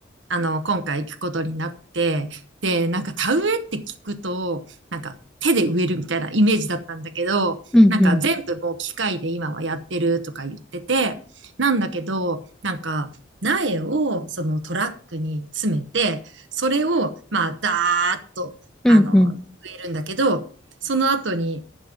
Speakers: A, on the right; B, in the centre.
A: あの、今回行くことになって、で、なんか田植えって聞くと、なんか手で植えるみたいなイメージだったんだけど、
B: うんうん。
A: なんか全部もう機械で今はやってるとか言ってて、なんだけど、なんか苗をそのトラックに詰めて、それをまあダーッと、
B: うんうん。
A: あの、植えるんだけど、その後に、